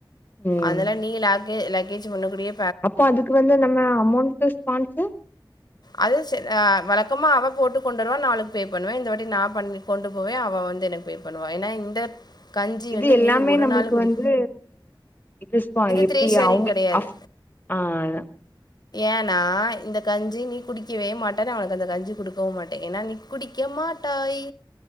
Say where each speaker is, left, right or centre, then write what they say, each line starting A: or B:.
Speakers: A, on the left (about 20°); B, on the left (about 55°).
A: ம்
B: அதனால நீ லாக்கு லக்கேஜ் உன்னக் கூடயே
A: அப்போ அதுக்கு வந்து நம்ம அமௌன்ட்டு ஸ்பான்ஸ்சு
B: அது சேரி வழக்கமா அவ போட்டு கொண்டுவருவா அவளுக்கு பே பண்ணுவே இந்த வாட்டி நா பண்ணி கொண்டு போவே அவ வந்து எனக்கு பே பண்ணுவா ஏன்னா இந்த கஞ்சி
A: இது
B: வந்து
A: எல்லாமே
B: நீ ஒரு
A: நம்மளுக்கு
B: நாள் குடி
A: வந்து இது ஸ்பா எப்புடி
B: த்ரீ ஷேரிங்
A: அவுங்களுக்
B: கெடையாது.
A: அஃப் ஆ அதா
B: ஏன்னா இந்த கஞ்சி நீ குடிக்கவே மாட்டனு அவனுக்கு அந்த கஞ்சி குடுக் கவே மாட்டே ஏனா நீ குடிக்க மாட்டாய்